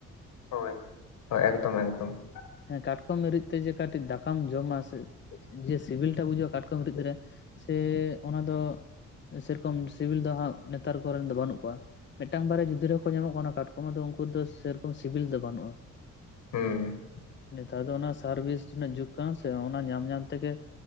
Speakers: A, on the left; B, on the left.
A: ᱦᱳᱭ ᱦᱳᱭ ᱮᱠᱫᱚᱢ ᱮᱠᱫᱚᱢ ᱾
B: ᱦᱮᱸ ᱠᱟᱴᱠᱚᱢ ᱨᱤᱫ ᱛᱮ ᱡᱮ ᱠᱟᱹᱴᱤᱡ ᱫᱟᱠᱟᱢ ᱡᱚᱢᱟ ᱥᱮ ᱡᱮ ᱥᱤᱵᱤᱞᱴᱟ ᱵᱩᱡᱷᱟᱹᱜ-ᱟ ᱠᱟᱴᱠᱚᱢ ᱨᱤᱫ ᱨᱮ ᱥᱮ ᱚᱱᱟ ᱫᱚ ᱥᱮᱨᱚᱠᱚᱢ ᱥᱤᱵᱤᱞ ᱫᱚ ᱦᱟᱸᱜ ᱱᱮᱛᱟᱨ ᱠᱚᱨᱮᱱ ᱫᱚ ᱵᱟᱹᱱᱩᱜ ᱠᱚᱣᱟ, ᱢᱤᱫᱴᱟᱝ ᱵᱟᱨᱭᱟ ᱡᱩᱫᱟᱹ ᱨᱮᱠᱚ ᱧᱟᱢᱚᱜ ᱠᱟᱱᱟ ᱠᱟᱴᱠᱚᱢ ᱟᱫᱚ ᱩᱱᱠᱩ ᱫᱚ ᱥᱮᱨᱚᱠᱚᱢ ᱥᱤᱵᱤᱞ ᱫᱚ ᱵᱟᱹᱱᱩᱜ-ᱟ ᱾
A: ᱦᱩᱸ ᱾
B: ᱱᱮᱛᱟᱨ ᱫᱚ ᱚᱱᱟ ᱥᱟᱨᱵᱤᱥ ᱨᱮᱱᱟᱜ ᱡᱩᱜ ᱠᱟᱱᱟ ᱥᱮ ᱚᱱᱟ ᱧᱟᱢ ᱧᱟᱞ ᱛᱮᱜᱮ